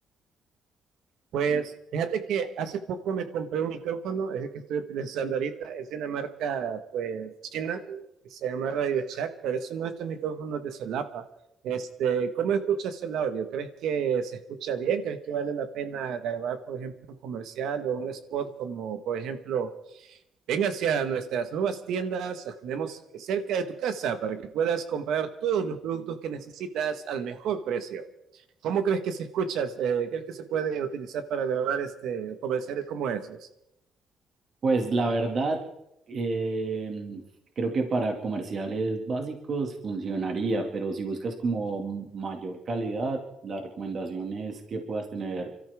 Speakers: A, on the right; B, on the right.
A: Pues
B: Mm,
A: fíjate que hace poco me compré un micrófono, es el que estoy utilizando ahorita, es de una marca pues china que se llama Radio Shack, pero es uno de estos micrófonos de solapa. Este, ¿cómo escuchas el audio? ¿Crees que se escucha bien? ¿Crees que vale la pena grabar, por ejemplo, un comercial o un spot como, por ejemplo, Ven hacia nuestras nuevas tiendas, las tenemos cerca de tu casa para que puedas comprar todos los productos que necesitas al mejor precio. ¿Cómo crees que se escucha? Eh, ¿Crees que se puede utilizar para grabar este comerciales como esos?
B: Pues la verdad, eh, creo que para comerciales básicos funcionaría, pero si buscas como m- mayor calidad, la recomendación es que puedas tener